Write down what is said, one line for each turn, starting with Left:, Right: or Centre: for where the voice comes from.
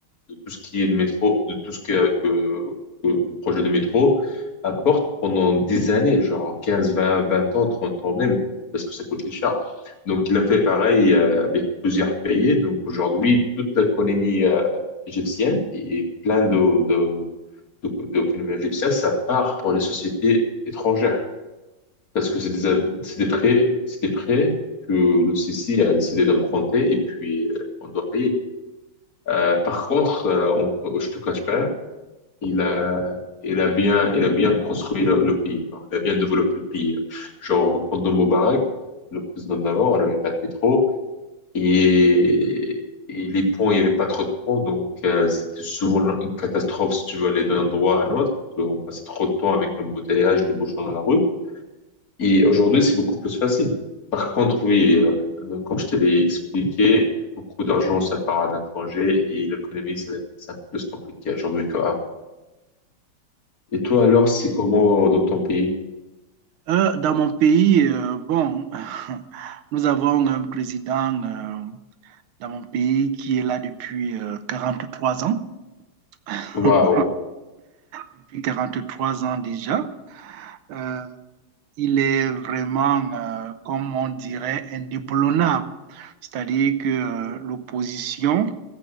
Left: de tout ce qui est le métro, de tout ce que, que, que le projet de métro apporte pendant des années, genre 15, 20, 20 ans, 30 ans même, parce que ça coûtait cher. Donc il a fait pareil euh, avec plusieurs pays. Donc aujourd'hui, toute l'économie euh, égyptienne et plein de, de, de, de- d'économie égyptienne, ça part pour les sociétés étrangères. Parce que c'est des, ab- c'est des prêts, c'est des prêts que le CC a décidé d'emprunter et puis euh, on doit payer. Euh, par contre, euh, on- euh, je te cache pas, il a, il a bien, il a bien construit le, le pays. Bon, il a bien développé le pays. Genre, pendant Moubarak, le président d'avant, on n'avait pas de métro et, et les ponts, il n'y avait pas trop de ponts. Donc, euh, c'était souvent une catastrophe si tu veux aller d'un endroit à un autre. On passait trop de temps avec l'embouteillage, les bouchons dans la rue. Et aujourd'hui, c'est beaucoup plus facile. Par contre, oui, euh, euh, comme je te l'ai expliqué, beaucoup d'argent, ça part à l'étranger et l'économie, c'est c'est un peu plus compliqué aujourd'hui qu'avant. Et toi, alors, c'est comment dans ton pays?
Right: Euh, dans mon pays, euh, bon, <laughs> nous avons un président euh, dans mon pays qui est là depuis euh, trois ans, <laughs>
Left: Waouh.
Right: depuis 43 ans déjà. Euh, il est vraiment, euh, comme on dirait, indéboulonnable. C'est-à-dire que euh, l'opposition